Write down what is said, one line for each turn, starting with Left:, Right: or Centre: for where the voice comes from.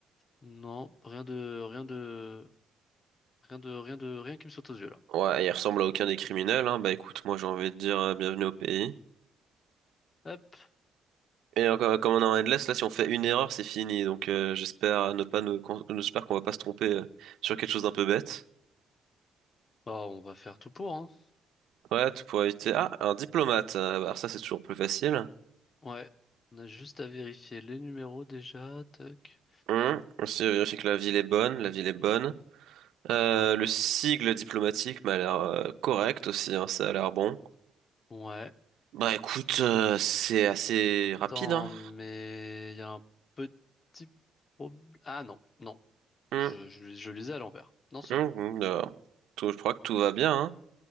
Left: Non, rien de, rien de, rien de, rien de, rien qui me saute aux yeux là.
Right: Ouais, il ressemble à aucun des criminels, hein. Bah écoute, moi j'ai envie de dire euh, bienvenue au pays.
Left: Hop,
Right: Et encore, euh, comme on est en endless, là si on fait une erreur, c'est fini. Donc euh, j'espère ne pas nous, qu'on- j'espère qu'on va pas se tromper euh, sur quelque chose d'un peu bête.
Left: Bah, on va faire tout pour, hein.
Right: Ouais, tout pour éviter. Ah, un diplomate. Euh, bah, alors ça c'est toujours plus facile.
Left: Ouais, on a juste à vérifier les numéros déjà, tac.
Right: Hum, Aussi vérifier que la ville est bonne, la ville est bonne. Euh,
Left: Ouais,
Right: le sigle diplomatique m'a l'air euh, correct aussi, hein, ça a l'air bon.
Left: ouais.
Right: Bah écoute, euh, c'est assez rapide,
Left: Attends,
Right: hein.
Left: mais il y a un petit problème. Ah non, non,
Right: Hum,
Left: je, je, je lisais à l'envers. Non, c'est
Right: hum,
Left: bon.
Right: hum, euh, tout- je crois que tout va bien, hein.